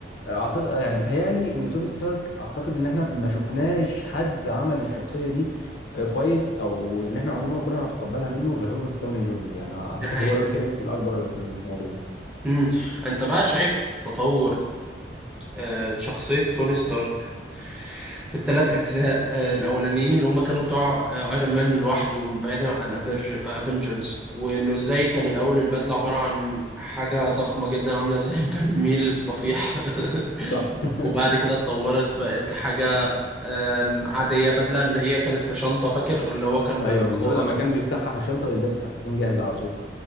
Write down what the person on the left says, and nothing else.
اعتقد يعني بتهيالي ان توني ستارك اعتقد ان احنا ما شفناش حد عمل الشخصية دي آه، كويس او ان احنا عمرنا ما كنا نتقبلها منه غير روبرت داوني جونيور يعني اعتقد
هو له الكريدت الاكبر في الموضوع
صح <laughs>
ايوه
بالظبط لما كان بيفتحها في الشنطه ويلبسها تكون جاهزه على طول